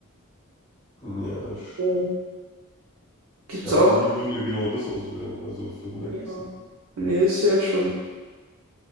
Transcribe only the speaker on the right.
So. Gibt's
auch.
Ja. Nee, ist ja schon.